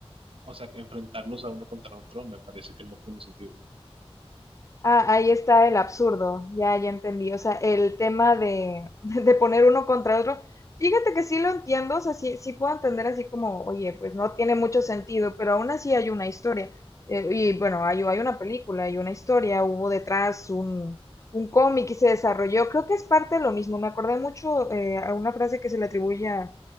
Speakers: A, on the right; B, on the left.
A: o sea, enfrentarnos a uno contra otro me parece que no tiene sentido.
B: Ah, ahí está el absurdo, ya, ya entendí. O sea, el tema de, <laughs> de poner uno contra otro. Fíjate que sí lo entiendo, o sea, sí, sí puedo entender así como, oye, pues no tiene mucho sentido, pero aún así hay una historia. Eh, y bueno, hay, hay una película, hay una historia, hubo detrás un, un cómic y se desarrolló. Creo que es parte de lo mismo. Me acordé mucho eh, a una frase que se le atribuye a,